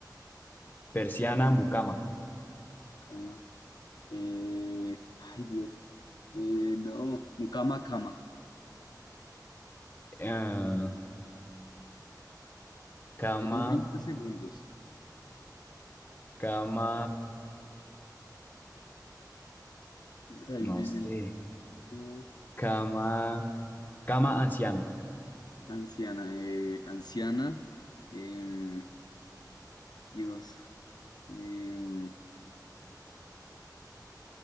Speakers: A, on the left; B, on the left.
A: persiana, mucama,
B: cama. eh, ay, Dios. eh, no, mucama, cama.
A: em, cama.
B: Tienes veinte segundos.
A: Cama,
B: Está
A: no
B: difícil.
A: sé,
B: Cama,
A: cama, cama anciana,
B: Anciana, eh, anciana. em, Dios. em,